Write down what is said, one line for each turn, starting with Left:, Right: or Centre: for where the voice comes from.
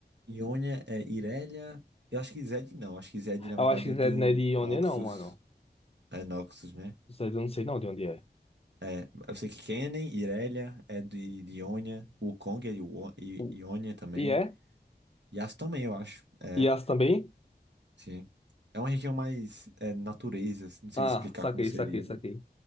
Right: Ionia é Irelia. Eu acho que Zed não. Acho que Zed, na verdade,
Left: Eu acho que
Right: é do
Left: Zed não é de Ionia,
Right: Noxus.
Left: não, mano.
Right: É Noxus, né?
Left: Zed eu não sei não de onde é.
Right: É, eu sei que Kennen, Irelia é de, de Ionia. O Kong é de Wo- I-
Left: O-
Right: Ionia também.
Left: E é?
Right: Yasuo também, eu acho. É,
Left: E as também?
Right: Sim. É uma região mais é, natureza, assim, não sei
Left: Ah,
Right: explicar
Left: saquei,
Right: como seria,
Left: saquei, saquei.
Right: né?